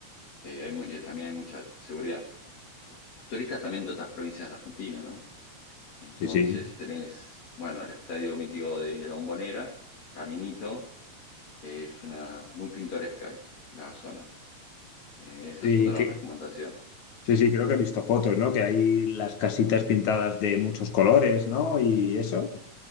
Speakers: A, on the left (about 60°); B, on the left (about 80°).
A: eh, hay mu- y también hay mucha seguridad. Turistas también de otras provincias de Argentina, ¿no? Entonces
B: sí, sí.
A: tenés, bueno, el Estadio Mítico de La Bombonera, Caminito, que es una, muy pintoresca es la zona. Eh, esa
B: Sí,
A: es otra
B: que-
A: recomendación.
B: sí, sí, creo que he visto fotos, ¿no? Que hay las casitas pintadas de muchos colores, ¿no? Y eso.